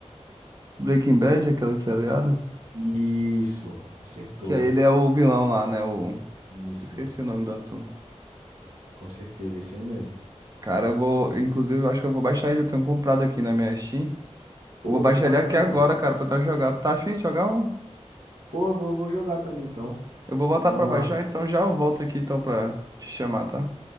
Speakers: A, on the right; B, on the right.
A: Breaking Bad, aquele seriado.
B: Isso, acertou.
A: Que aí ele é o vilão lá, né? O...
B: Isso,
A: Esqueci o nome do ator.
B: com certeza, isso aí mesmo.
A: Cara, eu vou. Inclusive, eu acho que eu vou baixar ele. Eu tenho comprado aqui na minha Steam.
B: Pô,
A: Vou baixar
B: que bacana.
A: ele aqui agora, cara, pra nós jogar. Tá afim de jogar um?
B: Pô, eu vou, vou jogar também, então.
A: Eu vou botar
B: Vamos
A: pra baixar,
B: lá.
A: então já eu volto aqui então pra te chamar, tá?